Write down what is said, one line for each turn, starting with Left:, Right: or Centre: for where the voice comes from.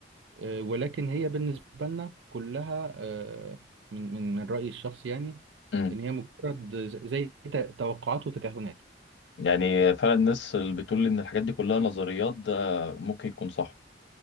Right: آه، ولكن هي بالنسبة لنا كلها آه، من من من رأيي الشخصي يعني
Left: امم
Right: إن هي مجرد زي ت- توقعات وتكهنات
Left: يعني فعلا الناس اللي بتقول ان الحاجات دي كلها نظريات ده ممكن يكون صح